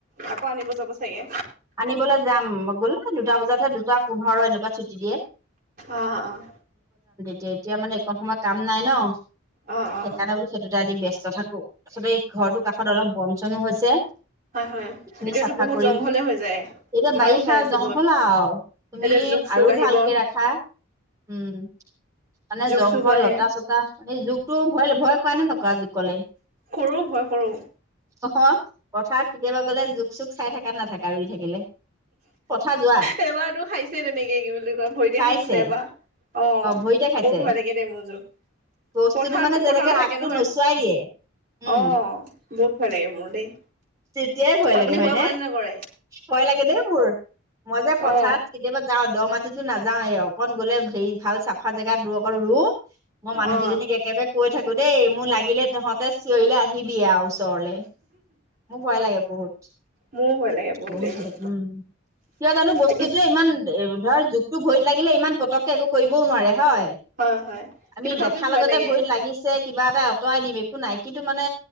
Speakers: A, on the right; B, on the right.
A: আকৌ আনিব যাব চাগে
B: আনিবলৈ যাম বোল দুটা বজাতহে, দুটা পোন্ধৰ এনেকুৱাত ছুটি দিয়ে।
A: অ', -অ'।
B: এয়া এতিয়া মানে এইকণ সময় কাম নাই ন'
A: অ
B: সেইকাৰণে
A: অ
B: বোলো সেইটোতে আজি ব্যস্ত থাকো। আচলতে ঘৰটোৰ কাষত অলপ বন-চনো হৈছে।
A: হয়-হয়,
B: এইখিনি
A: এতিয়াতো
B: চাফা
A: বহুত
B: কৰিম
A: জংঘলে হৈ যায়।
B: এতিয়া
A: আমাৰো
B: বাৰিষা
A: হৈ আছে
B: জংঘল
A: বহুত
B: আৰু তুমি
A: এতিয়া জোক চোক
B: আৰু
A: আহিব
B: ভালকে ৰাখা। উম, মানে
A: জোক
B: জংঘল,
A: চোক আহে
B: লতা-চতা এই জোকটো ভয়, ভয় কৰা নে নকৰা। জোকলে
A: কৰো ভয় কৰো।
B: অ পথাৰত কেতিয়াবা গ'লে, জোক-চোক চাই থাকা নে নাথাকা ৰুই থাকিলে। পথাৰ যোৱা
A: এবাৰতো খাইছে তেনেকে কি বুলি কয় ভৰিতে
B: খাইছে
A: খাইছিলে এবাৰ। অ'
B: ভৰিতে খাইছে
A: বৰ ভয় লাগে দে মোৰযো
B: বস্তুটো
A: পথাৰত
B: মানে যেনেকে
A: পথাৰো থাকে
B: আগটো
A: নহয়,
B: নচুৱাই দিয়ে উম
A: অহ বহুত ভয় লাগে মোৰ দেই।
B: তেতিয়াই ভয়
A: আপুনি
B: লাগে হয়নে,
A: কৰে নে নকৰে
B: ভয় লাগে দেই। মোৰ। মই যে পথাৰত
A: অ
B: কেতিয়াবা যাও দ' মাটিতো নাযাওয়ে, এই অকন গ'লে হেৰি ভাল চাফা জেগাত ৰু অকল ৰু মই মানুহ
A: অ
B: কেইজনীক একেবাৰে কৈ থাকো দেই, মোৰ লাগিলে তহঁতে চিঞৰিলে আ আহিবি ওচৰলে মোৰ ভয় লাগে বহুত।
A: মোৰো ভয় লাগে
B: বহুত
A: দেই
B: ভালে
A: জোক।
B: উম' কিয় জানো বস্তুতে
A: বাকী
B: ইমান এ ধৰ জোকটো ভৰিত লাগি ইমান পতককে একো কৰিবও নোৱাৰে হয়,
A: হয় হয়
B: আমি
A: কিন্তু তথাপিও
B: দেখাৰ
A: ভয়
B: লগতে
A: লাগে
B: ভৰিত লাগিছে। কিবা এটা আঁতৰাই দিম একো নাই কিন্তু মানে